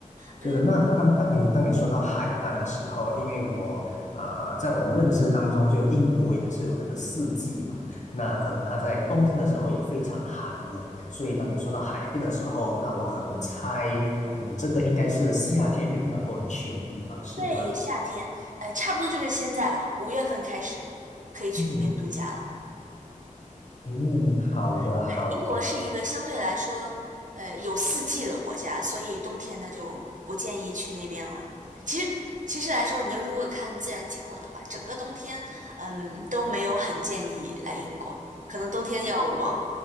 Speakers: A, on the left; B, on the right.
A: 就是那当当你当你说到海岸的时候，
B: 嗯，
A: 因为我呃，在我的认知当中，就英国也是有这个四季嘛，那可能它在冬天的时候也非常寒冷，所以当你说到海边的时候，那我可能猜，嗯，这个应该是夏天会比较多人去的地方，是吗？
B: 对，夏天，呃，差不多就是现在了，五月份开始可以去那边度假了。
A: 嗯，嗯，好的好的。
B: 嗯，对，英国是一个相对来说，呃，有四季的国家，所以冬天呢就不建议去那边了。其实，其实来说，你要如果看自然景观的话，整个冬天，嗯，都没有很建议来英国，可能冬天要往，